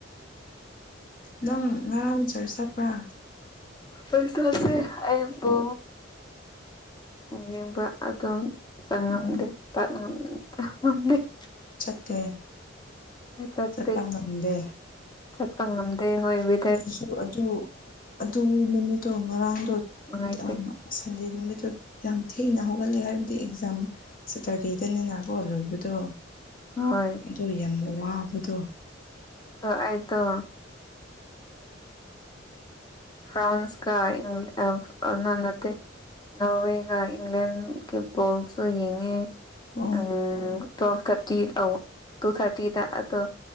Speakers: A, on the left (about 45°); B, on the left (about 20°).
A: ꯅꯪ ꯉꯔꯥꯡ ꯆꯥꯔꯠ ꯆꯠꯄ꯭ꯔꯥ
B: ꯄꯩꯁꯥꯁꯦ ꯑꯩꯕꯨ ꯌꯦꯡꯕ ꯑꯗꯣ ꯆꯪꯉꯝꯗꯦꯉꯝꯗꯦ
A: ꯑꯣ
B: <unintelligible>
A: ꯆꯠꯇꯦ
B: ꯑꯩ ꯆꯠꯇꯦ
A: ꯆꯠꯄ ꯉꯝꯗꯦ
B: ꯆꯠꯄ ꯉꯝꯗꯦ ꯍꯣꯏ ꯋꯤ
A: ꯑꯩꯁꯨ ꯑꯗꯨ ꯑꯗꯨ ꯅꯨꯃꯤꯠꯇꯣ ꯉꯔꯥꯡꯗꯣ
B: ꯅꯨꯡꯉꯥꯏꯇꯦ
A: ꯌꯥꯝꯅ ꯁꯟꯗꯦ ꯅꯨꯃꯤꯠꯇꯨ ꯌꯥꯝ ꯊꯦꯡꯅ ꯍꯧꯒꯠꯂꯦ ꯍꯥꯏꯕꯗꯤ ꯑꯦꯛꯖꯥꯝ ꯁꯇ꯭ꯔꯗꯦ ꯗꯅꯦꯅ ꯀꯣ ꯂꯣꯏꯕꯗꯣ
B: ꯍꯣꯏ
A: ꯑꯗꯣ ꯌꯥꯝ ꯋꯥꯕꯗꯣ
B: ꯑꯗꯣ ꯑꯩꯗꯣ ꯎꯝ ꯐ꯭ꯔꯥꯟꯁꯀꯥ ꯏꯪꯂꯦꯟ ꯑ ꯅ ꯅꯠꯇꯦ ꯅꯣꯔꯋꯦꯒ ꯏꯪꯂꯦꯟ ꯒꯤ ꯕꯣꯜꯁꯨ ꯌꯦꯡꯉꯦ
A: ꯑꯣ
B: ꯎꯝ ꯇ꯭ꯋꯦꯜꯐ ꯊꯥꯔꯇꯤ ꯑꯧ ꯇꯨ ꯊꯥꯔꯇꯤꯗ ꯑꯗꯣ